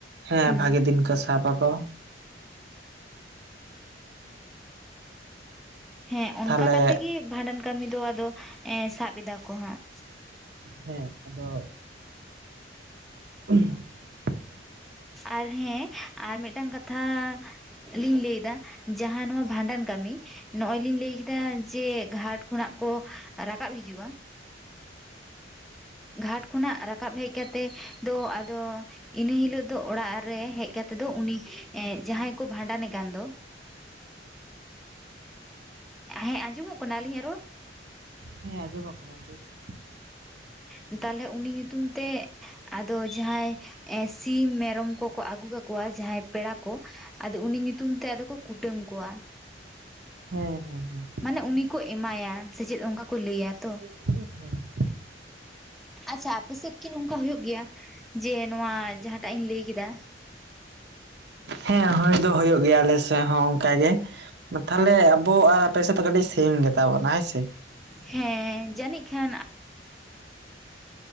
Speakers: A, on the right; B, in the centre.
A: ᱦᱮᱸ
B: ᱦᱩᱸ
A: ᱵᱷᱟᱜᱤ ᱫᱤᱱ ᱠᱚ ᱥᱟᱵ ᱟᱠᱚ᱾
B: ᱦᱮᱸ ᱚᱱᱠᱟ
A: ᱛᱟᱦᱞᱮ
B: ᱠᱟᱛᱮ ᱜᱮ ᱵᱷᱟᱸᱰᱟᱱ ᱠᱟᱹᱢᱤ ᱫᱚ ᱟᱫᱚ ᱥᱟᱵ ᱮᱫᱟ ᱠᱚ ᱦᱟᱸᱜ
A: ᱦᱮᱸ ᱟᱫᱚ ᱩᱸ <unintelligible>
B: ᱟᱨ ᱦᱮᱸ ᱟᱨ ᱢᱤᱫᱴᱟᱝ ᱠᱟᱛᱷᱟ ᱞᱤᱧ ᱞᱟᱹᱭᱫᱟ ᱡᱟᱦᱟᱸ ᱱᱚᱣᱟ ᱵᱷᱟᱸᱰᱟᱱ ᱠᱟᱹᱢᱤ ᱱᱚᱜᱚᱭ ᱞᱤᱧ ᱞᱟᱹᱭ ᱠᱮᱫᱟ ᱡᱮ ᱜᱷᱟᱴ ᱠᱷᱚᱱᱟᱜ ᱠᱚ ᱨᱟᱠᱟᱵ ᱦᱤᱡᱩᱜᱼᱟ ᱜᱷᱟᱴ ᱠᱷᱚᱱᱟᱜ ᱨᱟᱠᱟᱵ ᱦᱮᱡ ᱠᱟᱛᱮᱜ ᱫᱚ ᱟᱫᱚ ᱤᱱᱟᱹ ᱦᱤᱞᱳᱜ ᱫᱚ ᱚᱲᱟᱜ ᱨᱮ ᱦᱮᱡ ᱠᱟᱛᱮᱜ ᱫᱚ ᱩᱱᱤ ᱮ ᱡᱟᱦᱟᱸᱭ ᱠᱚ ᱵᱷᱟᱸᱰᱟᱱᱮ ᱠᱟᱱ ᱫᱚ ᱮᱸ ᱟᱸᱡᱚᱢᱚᱜ ᱠᱟᱱᱟ ᱟᱞᱤᱧᱟᱜ ᱨᱚᱲ
A: ᱦᱮᱸ ᱟᱡᱚᱢ ᱠᱚᱱᱟ ᱞᱟᱹᱭ ᱵᱤᱱ
B: ᱮᱸ ᱛᱟᱦᱞᱮ ᱩᱱᱤ ᱧᱩᱛᱩᱢ ᱛᱮ ᱟᱫᱚ ᱡᱟᱦᱟᱸᱭ ᱥᱤᱢ ᱢᱮᱨᱚᱢ ᱠᱚᱠᱚ ᱟᱹᱜᱩ ᱠᱟᱠᱚᱣᱟ ᱡᱟᱦᱟᱸᱭ ᱯᱮᱲᱟ ᱠᱚ ᱟᱫᱚ ᱩᱱᱤ ᱧᱩᱛᱩᱢ ᱛᱮ ᱟᱫᱚ ᱠᱚ ᱠᱩᱴᱟᱹᱢ ᱠᱚᱣᱟ
A: ᱦᱮᱸ ᱦᱮᱸ ᱦᱮᱸ
B: ᱢᱟᱱᱮ ᱩᱱᱤ ᱠᱚ ᱮᱢᱟᱭᱟ ᱥᱮ ᱪᱮᱫ ᱚᱱᱠᱟ ᱠᱚ ᱞᱟᱹᱭᱟ ᱛᱚ
A: ᱮ <inaudible>
B: ᱟᱪᱪᱷᱟ ᱟᱯᱮ ᱥᱮᱫ ᱠᱤ ᱱᱚᱝᱠᱟ ᱦᱩᱭᱩᱜ ᱜᱮᱭᱟ ᱡᱮ ᱱᱚᱣᱟ ᱡᱟᱦᱟᱸᱴᱟᱜ ᱤᱧ ᱞᱟᱹᱭ ᱠᱮᱫᱟ
A: ᱦᱮᱸ ᱦᱩᱭ ᱫᱚ ᱦᱩᱭᱩᱜ ᱜᱮᱭᱟ ᱟᱞᱮ ᱥᱮᱫ ᱦᱚᱸ ᱚᱱᱠᱟ ᱜᱮ ᱛᱟᱦᱞᱮ ᱟᱵᱚ ᱟᱨ ᱟᱯᱮ ᱥᱮᱫ ᱫᱚ ᱠᱟᱹᱴᱤᱡ ᱥᱮᱢ ᱜᱮᱛᱟ ᱵᱚᱱᱟ ᱦᱮᱸ ᱥᱮ
B: ᱦᱮᱸ ᱡᱟᱹᱱᱤᱡ ᱠᱷᱟᱱ